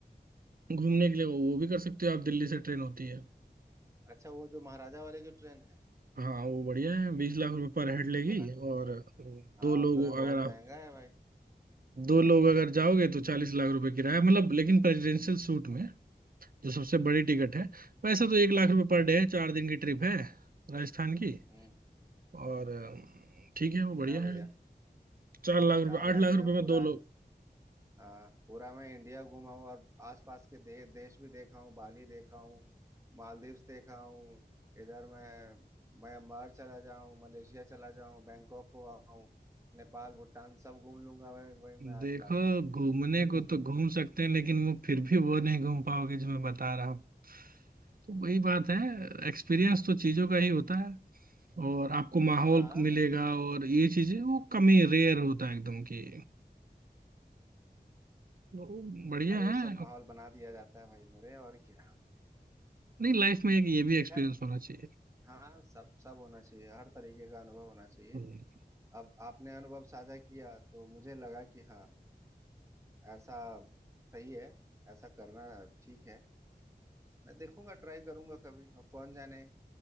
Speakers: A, on the right; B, on the right.
A: घूमने के लिए वो वो भी कर सकते हो आप दिल्ली से ट्रेन होती है
B: अच्छा वो जो महाराजा वाली जो ट्रेन है
A: हाँ वो बढ़िया है बीस लाख रुपए पर हेड लेगी
B: सुना
A: और
B: हाँ
A: दो लोग
B: सुना है बहुत
A: अगर आप
B: महंगा है भाई
A: दो लोग अगर जाओगे तो चालीस लाख रुपए किराया मतलब लेकिन प्रेसिडेंशियल सूट में जो सबसे बड़ी टिकट है वैसे तो एक लाख रुपए पर
B: हम्म
A: डे है चार दिन की ट्रिप है राजस्थान की
B: हम्म
A: और अ, ठीक है वो बढ़िया
B: ना भैया
A: है चार लाख
B: चार
A: रुपए
B: लाख
A: आठ लाख
B: में
A: रुपए
B: हम पूरा
A: में दो लोग
B: हाँ पूरा मैं इंडिया घूमा हूँ और आसपास के दे, देश भी देखा हूँ बाली देखा हूँ मालदीव्स देखा हूँ इधर मैं म्यांमार चला जाऊँ मलेशिया चला जाऊँ बैंकॉक हुआ हूँ नेपाल भूटान सब घूम लूंगा भाई भाई मैं
A: देखो
B: आठ लाख में
A: घूमने
B: <laughs>
A: को तो घूम सकते हैं लेकिन वो फिर भी वो नहीं घूम पाओगे जो मैं बता रहा हूँ तो वही बात है एक्सपीरियंस तो चीजों का ही होता है और आपको माहौल
B: हाँ
A: मिलेगा और ये चीजें वो कमी रेयर होता है एकदम की वो बढ़िया
B: अरे
A: है
B: वो सब माहौल बना दिया जाता है भाई मेरे और क्या
A: नहीं लाइफ में एक ये भी एक्सपीरियंस
B: खैर
A: होना चाहिए
B: हाँ सब सब होना चाहिए हर तरीके का अनुभव होना चाहिए
A: हम्म,
B: अब आपने अनुभव साझा किया तो मुझे लगा कि हाँ ऐसा सही है ऐसा करना ठीक है मैं देखूंगा ट्राई करूंगा कभी अब कौन जाने